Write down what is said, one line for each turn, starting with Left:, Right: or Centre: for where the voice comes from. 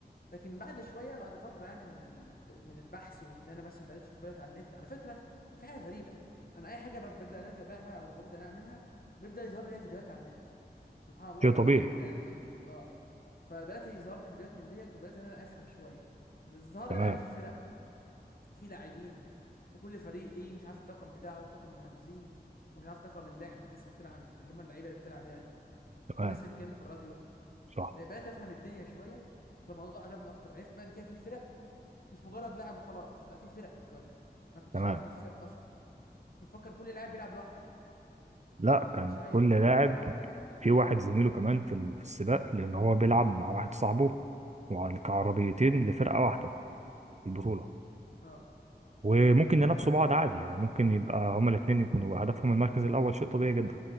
Left: لكن بعد شويه بعد فتره يعني من ال... من البحث واللي انا مثلا بدات اشوف فيديوهات على النت على فكره في حاجه غريبه انا اي حاجه بب- ببدا ان انا اتابعها او ببدا ان انا اعملها بيبدا يظهر لي فيديوهات على النت سبحان الله
Right: شيء
Left: الموضوع
Right: طبيعي
Left: بيبقى كده يعني ايه اه فبدات يظهر لي فيديوهات من ديت وبدات ان انا افهم شويه ظهر
Right: تمام
Left: لي بقى ان في فرق في لاعبين وكل فريق ليه مش عارف الطاقم بتاعه طاقم المهندسين ومش عارف طاقم اللعب الناس اللي بتلعب في اللي هم اللعيبه اللي بتلعب يعني
Right: تمام
Left: والناس اللي بيتكلموا في الراديو
Right: صح
Left: بقيت افهم الدنيا شويه فالموضوع عجبني اكتر عرفت بقى ان كده في فرق مش مجرد لاعب وخلاص بقى في فرق دلوقتي انا كنتش
Right: تمام
Left: عارف ان في فرق اصلا كنت مفكر كل لاعب بيلعب لوحده
Right: لا
Left: ما لهاش
Right: كان
Left: اي
Right: كل لاعب
Left: ملهاش علاقه ببعض
Right: في واحد زميله كمان في ال- في السباق لان هو بيلعب مع واحد صاحبه وعلى- كعربيتين لفرقه واحده في البطوله
Left: اه
Right: وممكن ينافسوا
Left: ف
Right: بعض عادي يعني ممكن يبقى هما الاثنين يكونوا هدفهم المركز الاول شيء طبيعي جدا